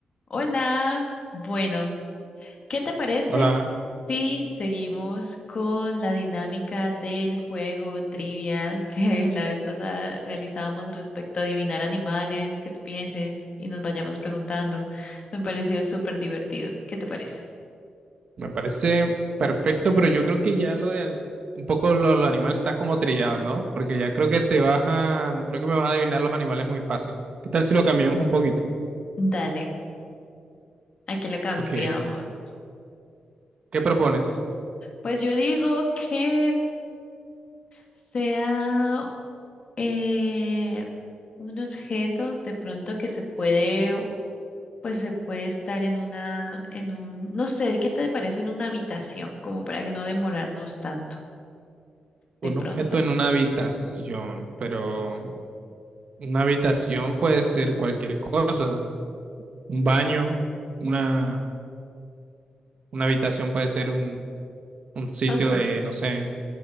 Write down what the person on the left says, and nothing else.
Hola, bueno, ¿qué te parece
si seguimos con la dinámica del juego trivia que <laughs> la vez pasada realizamos respecto a adivinar animales, que tú pienses y nos vayamos preguntando? Me pareció súper divertido. ¿Qué te parece?
Dale, aquí lo cambiamos.
Pues yo digo que sea eh, un objeto de pronto que se puede pues se puede estar en una, en un, no sé, ¿qué te parece en una habitación? Como para que no demorarnos tanto
de pronto.
O sea,